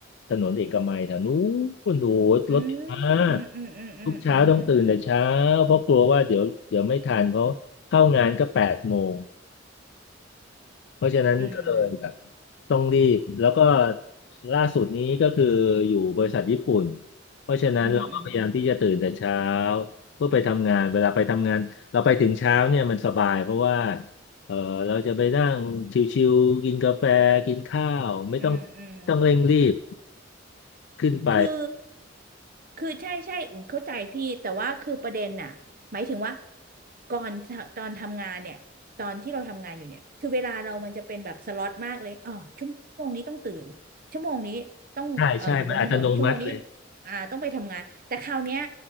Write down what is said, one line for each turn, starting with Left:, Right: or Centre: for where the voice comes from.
Left: ถนนเอกมัยแถวนู้นโอ้โหรถติดมาก
Right: อืมอืมอืมอืม
Left: ทุกเช้าต้องตื่นแต่เช้าเพราะกลัวว่าเดี๋ยวเดี๋ยวไม่ทันเพราะเข้างานก็แปดโมง
Right: อืม
Left: เพราะฉะนั้นก็เลยแบบ
Right: อืม
Left: ต้องรีบแล้วก็ล่าสุดนี้ก็คืออยู่บริษัทญี่ปุ่นเพราะฉะนั้นเราก็พยายามที่จะตื่นแต่เช้า
Right: อืมอืมอืม
Left: เพื่อไปทำงานเวลาไปทำงานเราไปถึงเช้าเนี่ยมันสบายเพราะว่าเออเราจะไปนั่งชิวๆกินกาแฟกินข้าวไม่ต้อง
Right: อืมอืมอืมอืมอืม
Left: ต้องเร่งรีบขึ้นไป
Right: คือ คือใช่ใช่อุ่นเข้าใจพี่แต่ว่าคือประเด็นน่ะหมายถึงว่าก่อนตอนทำงานเนี่ยตอนที่เราทำงานอยู่เนี่ยคือเวลาเรามันจะเป็นแบบสล็อตมากเลยอ๋อชั่วโมงนี้ต้องตื่นชั่วโมงนี้ต้องเอ่ออยู่บนถนนชั่วโมงนี้
Left: ใช่ใช่มันอัตโนมัติเลย
Right: อ่าต้องไปทำงานแต่คราวเนี้ย